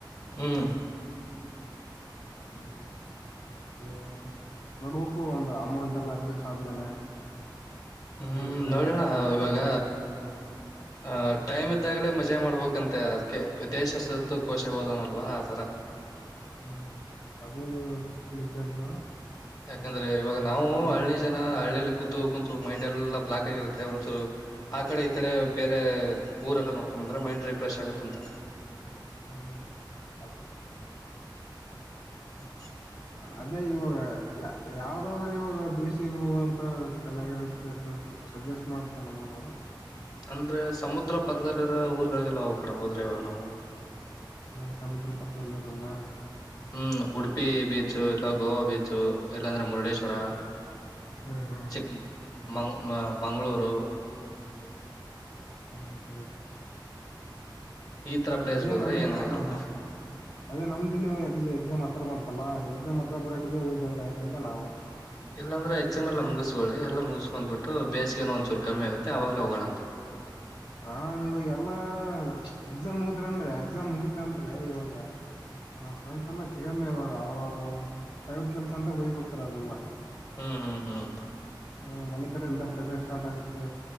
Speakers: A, on the left; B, on the left.
A: ಹ್ಮ್
B: ಹ್ಮ್ ಅದೇ ನೋಡ್ಬೇಕು ಅಂತ್ ತ ಅಮೌಂಟ್ ಎಲ್ಲಾ ಅಡ್ಜಸ್ಟ್ ಆದ್ಮೇಲೆ ಹುಡುಗರು
A: ಹ್ಮ್ ನೋಡೋಣ
B: ಎಲ್ಲಾ ಸೇರ್
A: ಇವಾಗ
B: <unintelligible>
A: ಆ ಟೈಮ್ ಇದ್ದಾಗ್ಲೇ ಮಜಾ ಮಾಡ್ಬೇಕಂತೆ ಅದ್ಕೆ ವಿದೇಶ ಸುತ್ತು ಕೋಶ ಓದು ಅನಲ್ವಾ ಆತರ.
B: ಹ್ಮ್ ಅದು ನಿಜ ಬಿಡು
A: ಯಾಕಂದ್ರೆ ಇವಾಗ ನಾವು
B: ಹ್ಮ್
A: ಹಳ್ಳಿ ಜನ್ ನ ಹಳ್ಳಿಯಲ್ಲಿ ಕೂತು ಕೂಂತು ಮೈಂಡ್ ಎಲ್ಲಾ ಬ್ಲಾಕ್ ಆಗಿರುತ್ತೆ ಒಂದೂಚೂರ್ ಆ ಕಡೆ ಈ ಕಡೆ
B: ಹ್ಮ್
A: ಬೇರೆ ಊರೆಲ್ಲಾ ನೋಡ್ಕೊ ಬಂದ್ರೆ ಮೈಂಡ್ ರಿಫ್ರೆಶ್ ಆಗುತ್ತಂತ.
B: ಹ್ಮ್ ಅದಕ್ಕೆ.
A: <inaudible>
B: ಅದೇ ಇವಾಗ ಯಾವ್ದಾದ್ರೂ ಇವಾಗ ಬಿಸಿಲೋಗಂತ ಚೆನ್ನಾಗಿರೋ ಪ್ಲೇಸ್ ಅನ್ನು ಸ್ವಲ್ಪ್ ಸಜೆಸ್ಟ್ ಮಾಡ್ತೇ ನಮ್ಮಮ.
A: ಅಂದ್ರೆ ಸಮುದ್ರ ಪಕ್ಕದಲ್ಲಿರೋ ಊರ್ಗಳಿಗೆಲ್ಲ ಹೋಗ್ಕಣ ಹೋದ್ರೆ ಇವಾಗ ನಾವು.
B: ಹ ಸಮುದ್ರ ಪಕ್ಕದಲ್ಲಿ ಇರನ್ನಾ.
A: ಹ್ಮ್ ಉಡುಪಿ ಬೀಚು, ಇಲ್ಲ ಗೋವಾ ಬೀಚು ಇಲ್ಲಾಂದ್ರೆ ಮುರುಡೇಶ್ವರ.
B: ಹ್ಮ್ ಹ್ಮ್
A: ಚಿಕ್ ಮ ಮಂಗಳೂರು
B: ಹೌದೌದು.
A: ಈ ತರ ಪ್ಲೇಸ್ಗೆ
B: ಅದೇ
A: ಹೋದ್ರೆ
B: ನಮ್ದು
A: ಏನಾಗಲ್ಲ
B: ಆ ಅದೇ ನಮ್ದು ಇನ್ನು ಎ ಎಕ್ಸಾಮ್ ಹತ್ರ ಬಂತಲ್ಲ ಎಕ್ಸಾಮ್ ಹತ್ರ ಬರಟ್ಟಿಗೆ ಹೋಗಿ ಬಂದ್ರ ಆಯ್ತ ಅಂತ ನಾವು.
A: ಇಲ್ಲಾಂದ್ರ ಎಕ್ಸಾಮ್ ಎಲ್ಲ ಮುಗಿಸಕೊಳ್ಳಿ ಎಲ್ಲ ಮುಗಸ್ಕೊಂಡ್ ಬಿಟ್ಟು ಬೇಸಿಗೆನೂ ಒಂದ್ಚೂರು ಕಮ್ಮಿ ಆಗತ್ತೆ ಆವಾಗ್ಲೇ ಹೋಗೋಣಂತೆ.
B: ಹಾ ಇವಾಗೆಲ್ಲಾ ಎಕ್ಸಾಮ್ ಮುಗದ್ರ ಅಂದ್ರೆ ಎಕ್ಸಾಮ್ ಮುಗಿತಂದ್ರೆ ಇವಾಗ ನಮ್ಮ ಫ್ರೆಂಡ್ಸ್ ಎಲ್ಲ ಸಿಗಲ್ಲ ಇವಾಗ ಅವ್ರವರು ಪ್ರೈವೇಟ್ ಕೆಲ್ಸ ಅಂತ ಹೊಗಿಬಿಡ್ತಾರೆ ಅವರೆಲ್ಲ.
A: ಹ್ಮ್ ಹ್ಮ್ ಹ್ಮ್
B: ಆ ಮನೆ ಕಡೆಯಿಂದ ಪ್ರಸೆರ್ ಸ್ಟಾರ್ಟ್ ಆಗುತ್ತೆ